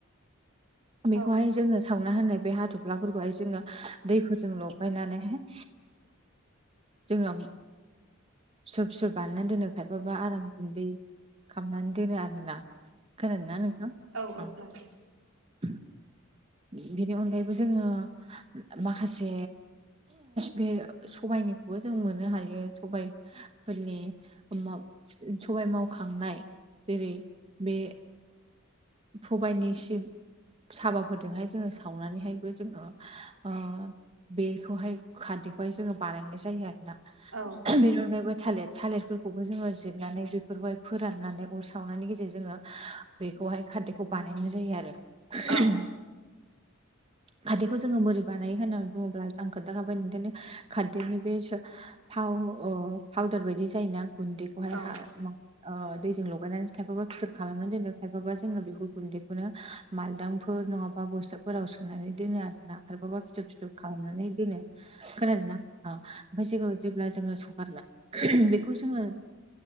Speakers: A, on the right; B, on the right.
A: बेखौहाय
B: औ
A: जोङो सावना होननाय बे हाथ'फ्लाफोरखौहाय जोङो दैफोरजों लगायनानैहाय जोंङो फिथर फिथर बाननानै दोनो खायबाबा आराम गुन्दै खालामामनानै दोनो आरोना खानादोंना नोंथां?
B: औ औ
A: अ
B: खोनादों
A: अ बेनि अनगायैबो जोङो ओ माखासे बे सबाइनिखौबो जों मोननो हायो सबायफोरनि ओम मा सबाय मावखांनाय जेरै बे फबाइनिसिम साबाफोरजोंहाय जोङो सावनानैहायबो जोङो ओ बेखौहाय खारदैखौहाय जोङो बानायनाय जायो आरोना
B: औ
A: बेनि अनगायैबो थालिर थालिर बो जोङो जिरनानै बेफोरखौहाय फोराननानै अर सावनायनि गेजेरजों जोङो बेखौहाय खारदै खौ बानायनाय जायो आरो। <unintelligible>
B: औ
A: खारदैखौ जोङो बोरै बानायो होननानै बुङोब्ला आं खोन्थाखाबाय ओंखायनो खारदैनि बे थाव ओ पावदार बायदि जायोना गुन्दै बेहाय
B: औ
A: हा ओ दैजों लगायनानै खायफाबा फिथोर खालामनानै दोनो थायफाबा जोङो बेफोर गुन्दैखौनो मालदांफोर नङाबा बस्थु फोराव सोनानै दोनो आरो ना खायफाबा फिथोब फिथोब खालामनानै दोनो। खोनादोंना औ ओमफ्राय जोङो जेब्ला जोङो सुगारला <unintelligible> बेखौ जोङो